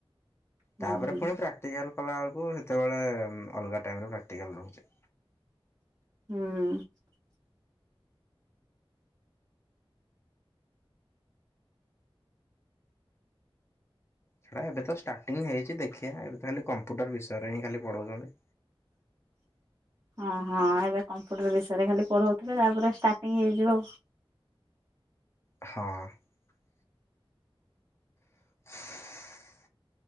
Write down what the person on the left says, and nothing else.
ତାପରେ ପୁଣି ପ୍ରାକ୍ଟିକାଲ କଲା ବେଳକୁ ସେତେବେଳେ ଏବେ ଉମ ଅଲଗା ଟାଇମରେ ପ୍ରାକ୍ଟିକାଲ ରହୁଚି।
ପ୍ରାୟ ଏବେ ତ ଷ୍ଟାର୍ଟିଂ ହେଇଚି ଦେଖିଆଁ ଏବେ ତ ଖାଲି କମ୍ପ୍ୟୁଟର ବିସଷୟରେ ହିଁ ଖାଲି ପଢୋଉଛନ୍ତି।
ହଁ <inaudible>